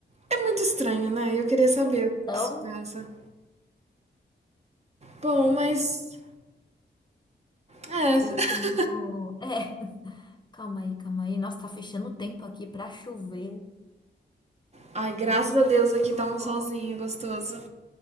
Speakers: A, on the right; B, on the left.
A: É muito estranho, né? Eu queria saber
B: Então,
A: o que se passa. Bom, mas. É.
B: eu
A: <laughs>
B: tenho. É, calma aí, calma aí. Nossa, tá fechando o tempo aqui pra chover.
A: Ai, graças
B: Vai cair.
A: a Deus aqui
B: tudo.
A: tá um solzinho gostoso.